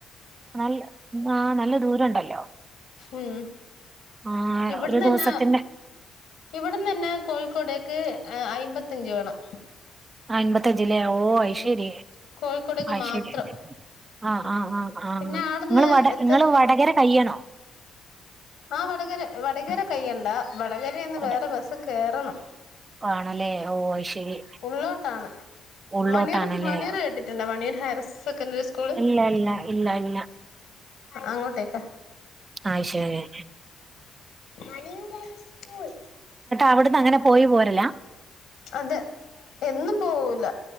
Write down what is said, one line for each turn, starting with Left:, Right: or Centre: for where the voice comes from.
Right: നല്ല ആ നല്ല ദൂരം ഉണ്ടല്ലോ
Left: ഉം
Right: ആ
Left: ഇവിടന്ന്
Right: ഒരു
Left: തന്നെ
Right: ദിവസത്തിന്റെ
Left: ഇവിടന്ന് തന്നെ കോഴിക്കോടേക്ക് അയ്മ്പത്തഞ്ച് വേണം
Right: ആഅമ്പത്തഞ്ച്ല്ലേ ഓ ഐ്ശേരി
Left: ഉം കോഴിക്കോടേക്ക്
Right: അഐ്ശേരി
Left: മാത്രം
Right: ആ് ആ ആ ആ്
Left: പിന്നെ
Right: നിങ്ങള്
Left: ആട്ന്ന്
Right: വട
Left: എത്ത
Right: നിങ്ങള് വടകര കയ്യണോ
Left: ആ വടകര വടകര കയ്യണ്ടാ വടകര നിന്ന്
Right: വട-
Left: വേറെ ബസ്സ് കയറണം.
Right: ആണല്ലേ ഓ, ശരി
Left: ഉള്ളോട്ടാണ്
Right: ഉള്ളോട്ടാണല്ലേ
Left: മണിയൂർ, മണിയൂർ കേട്ടിട്ടുണ്ടോ മണിയൂർ ഹയർ സെക്കൻറി സ്കൂള്.
Right: ഇല്ല ഇല്ല ഇല്ല ഇല്ല
Left: അങ്ങോട്ടേക്കാ
Right: അയ്ശരി
Left: മണിയൂരൈസ്കൂൾ
Right: അവിടന്ന് അങ്ങനെ പോയി പോരല
Left: അതെ എന്നും പോവുല്ല,